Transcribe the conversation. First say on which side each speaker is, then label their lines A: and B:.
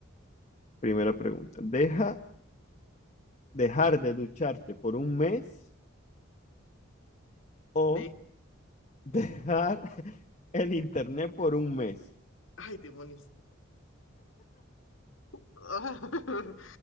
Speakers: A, on the left; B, on the left.
A: primera pregunta. ¿Deja dejar de ducharte por un mes o
B: <laughs> Ve,
A: dejar <laughs> el internet por un mes?
B: ay, demonios. <laughs>